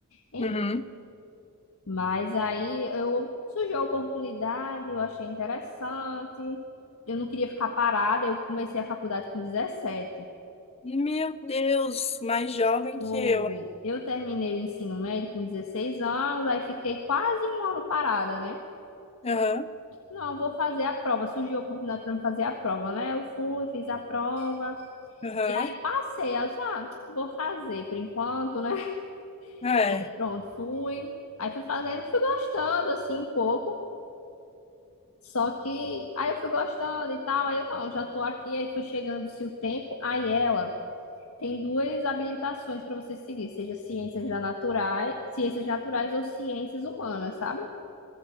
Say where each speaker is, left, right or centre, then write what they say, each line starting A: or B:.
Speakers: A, on the left; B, on the left.
A: Em-
B: Uhum.
A: mas aí eu surgiu a oportunidade, eu achei interessante. Eu não queria ficar parada, eu comecei a faculdade com dezessete
B: Meu Deus, mais jovem
A: Foi.
B: que eu. hein?
A: Eu terminei o ensino médio com 16 anos, aí fiquei quase um ano parada, né?
B: Aham,
A: Não, eu vou fazer a prova. Surgiu a oportunidade para me fazer a prova, né? Eu fui, fiz a prova.
B: aham,
A: E aí passei. Aí Eu disse, ah, vou fazer por enquanto, né? <laughs>
B: é,
A: E aí pronto, fui. Aí fui fazendo, fui gostando, assim, um pouco. Só que aí eu fui gostando e tal. Aí eu, não, já tô aqui. Aí fui chegando-se o tempo. Aí ela tem duas habilitações para você seguir, seja ciências da naturais, ciências naturais ou ciências humanas, sabe?